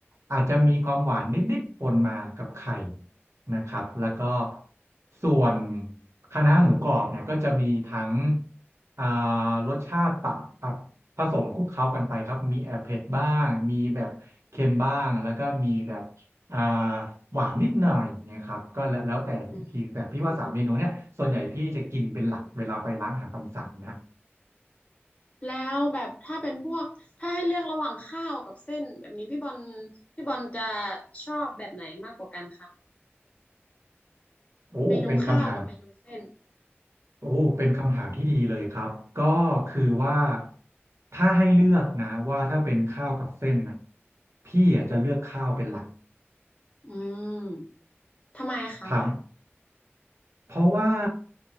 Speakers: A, on the right; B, on the left.
A: อาจจะมีความหวานนิดๆปนมากับไข่นะครับแล้วก็ส่วนคะน้าหมูกรอบเนี่ยก็จะมีทั้ง อ่ารสชาติปรับปรับผสมคลุกเคล้ากันไปครับมีแอบเผ็ดบ้างมีแบบเค็มบ้างแล้วก็มีแบบอ่าหวานนิดหน่อยเนยครับก็แล้วแล้วแต่อีกทีแต่พี่ว่าสามเมนูเนี้ยส่วนใหญ่พี่จะกินเป็นหลักเวลาไปร้านอาหารตามสั่งนะ
B: อืมแล้วแบบถ้าเป็นพวกถ้าให้เลือกระหว่างข้าวกับเส้นแบบนี้พี่บอลพี่บอลจะชอบแบบไหนมากกว่ากันคะ
A: โอ้เป็นคำถาม
B: เมนูข้าวกับเมนูเส้น
A: โอ้เป็นคำถามที่ดีเลยครับก็คือว่าถ้าให้เลือกนะว่าถ้าเป็นข้าวกับเส้นนะพี่อ่ะจะเลือกข้าวเป็นหลัก
B: อืมทำไมคะ
A: ถาม เพราะว่า